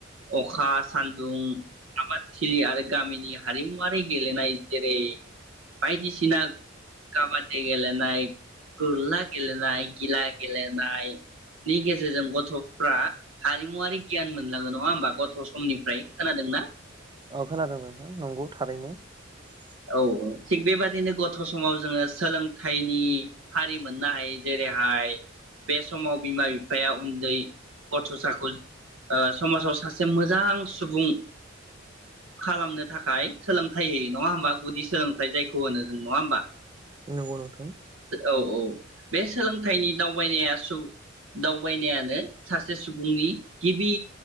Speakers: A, on the right (about 80°); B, on the right (about 20°).
A: अखा सानदुं आबाद थिलि आरो गामिनि हारिमुवारि गेलेनाय जेरै बायदिसिना काबादि गेलेनाय, गुरला गेलेनाय, गिला गेलेनायनि गेजेरजों गथ'फ्रा हारिमुवारारि गियान मोनलाङो नङा होमबा गथ' समनिफ्राय खोनादोंना?
B: औ खोनादों नोंथां नंगौ थारैनो ।
A: औ औ थिग बेबादिनो गथ' समाव जोङो सोलोंथाइनि हारि मोननाय जेरैहाय बे समाव बिमा बिफाया उन्दै गथ'साखौ ओ समाजाव सासे मोजां सुबुं खालामनो थाखाय सोलोंथाइ होयो नङा होमबा? गुदि सोलोंथाइ जायखौ होनो जों नङा होमबा?
B: नगौ नोंथां ।
A: औ औ बे सोलोंथाइनि दावबायनाया सुबुं दावबायनायानो सासे सुबुंनि गिबि